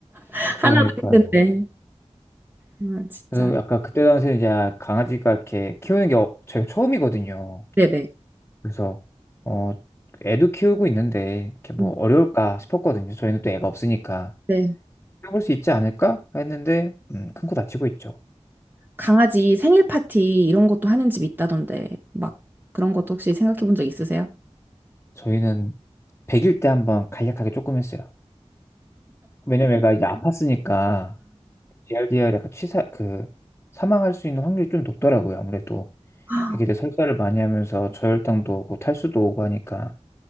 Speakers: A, on the right (about 15°); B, on the left (about 20°).
A: <laughs>
B: 그러니까요.
A: 하나도 힘든데. 아, 진짜.
B: 그래서 약간 그때 당시에 이제 아, 강아지가 이렇게 키우는 게 어, 저희가 처음이거든요.
A: 네네.
B: 그래서 어, 애도 키우고 있는데 이렇게 뭐
A: 음,
B: 어려울까 싶었거든요. 저희는 또 애가 없으니까.
A: 네.
B: 해볼 수 있지 않을까 했는데 음, 큰 코 다치고 있죠.
A: 강아지 생일 파티 이런 것도 하는 집 있다던데, 막 그런 것도 혹시 생각해 본 적 있으세요?
B: 저희는 100일 때 한번 간략하게 조금 했어요. 왜냐면 얘가 이제 아팠으니까 g r d r 약간 치사 그 사망할 수 있는 확률이 좀 높더라고요. 아무래도
A: 아,
B: 애기들 설사를 많이 하면서 저혈당도 오고 탈수도 오고 하니까